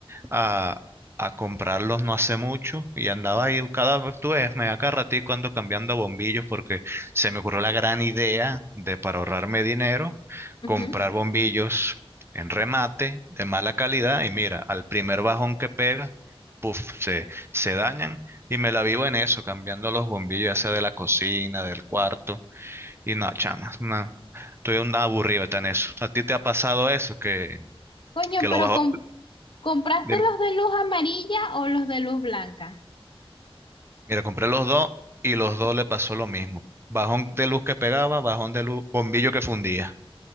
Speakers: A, on the right; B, on the left.
A: a, a comprarlos no hace mucho y andaba ahí cada vez, tú ves, me da cada ratico ando cambiando bombillos porque se me ocurrió la gran idea de para ahorrarme dinero,
B: ujú.
A: comprar bombillos en remate de mala calidad y mira, al primer bajón que pega, puff, se, se dañan y me la vivo en eso, cambiando los bombillos, ya sea de la cocina, del cuarto y no, chamas, no. Estoy un aburrido está en eso. ¿A ti te ha pasado eso que,
B: Coño,
A: que lo
B: pero
A: bajo?
B: con ¿Compraste
A: de-
B: los de luz amarilla o los de luz blanca?
A: Mira, compré los dos y los dos le pasó lo mismo. Bajón de luz que pegaba, bajón de luz, bombillo que fundía.